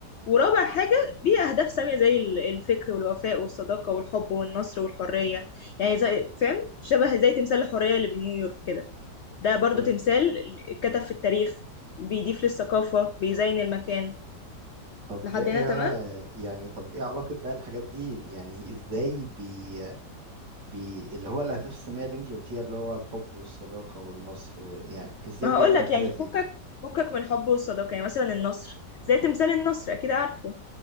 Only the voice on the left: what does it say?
ورابع حاجة بيه أهداف سامية زي ال- الفكر والوفاء والصداقة والحب والنصر والحرية يعني زي فاهم شبه زي تمثال الحرية اللي بنيويورك كده ده برضو
تمثال اتكتب في التاريخ بيضيف للثقافة بيزين المكان
لحد
هنا تمام
ما
هقولك
يعني
فكك فكك من الحب والصداقة يعني مثلا النصر زي تمثال النصر أكيد عارفه